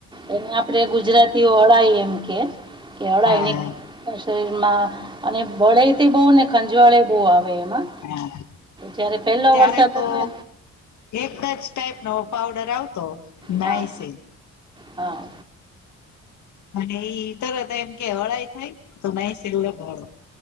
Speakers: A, on the right; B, on the left.
A: એને આપડે ગુજરાતીઓ અળાઈ એમ કે. કે અળાય
B: હા
A: નિક શરીર માં અને બળે તે બહુ ને ખંજવાળે બહુ આવે એમાં
B: હા
A: જયારે પહેલો
B: ત્યારે
A: વરસાદ
B: તો
A: આવે ને
B: એક જ ટાઈપનો પાવડર આવતો.
A: હા
B: નાઈસિલ
A: હા.
B: અને એઈ તરત એમ કે અળાઈ થાય તો નાઈસિલ લગાળો.